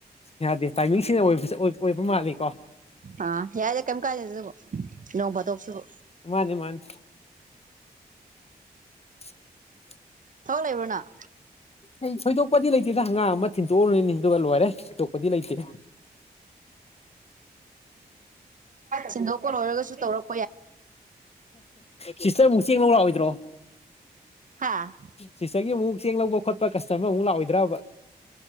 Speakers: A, on the left; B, on the right.
A: ꯌꯥꯗꯦ ꯇꯥꯏꯃꯤꯡ ꯁꯤꯅ ꯑꯣꯏꯕ ꯑꯣꯏꯕ ꯃꯥꯜꯂꯤ ꯀꯣ
B: ꯑꯥ ꯌꯥꯏꯔꯦ ꯀꯩꯝ ꯀꯥꯏꯗꯦꯗꯥ ꯑꯗꯨꯕꯨ ꯅꯣꯡ ꯐꯥꯗꯣꯛꯁꯤꯕꯨ
A: ꯃꯥꯅꯦ ꯃꯥꯅꯤ ꯎꯝ
B: ꯊꯕꯛ ꯂꯩꯕ꯭ꯔꯣ ꯅꯪ
A: ꯑꯩ ꯊꯣꯏꯗꯣꯛꯄꯗꯤ ꯂꯩꯇꯦꯗ ꯑꯉꯥꯡ ꯑꯃ ꯊꯤꯟꯇꯣꯛꯎꯔꯅꯤ ꯑꯗꯨꯒ ꯂꯣꯏꯔꯦ ꯊꯣꯏꯗꯣꯛꯄꯗꯤ ꯂꯩꯇꯦ
B: ꯊꯣꯟꯗꯣꯛꯄ ꯂꯣꯏꯔꯒꯁꯨ ꯇꯧꯔꯛ
A: ꯁꯤꯁꯇꯔ ꯑꯃꯨꯛ ꯆꯦꯡ ꯂꯧꯔꯥꯛꯑꯑꯣꯏꯗ꯭ꯔꯣ
B: ꯍꯥꯥ
A: ꯁꯤꯁꯒꯤ ꯃꯨꯛ ꯁꯦꯡ ꯂꯒꯕꯣ ꯈ ꯀꯁꯇꯃꯔ ꯑꯃꯨꯛ ꯂꯥꯛꯑꯣꯏꯗ꯭ꯔꯕ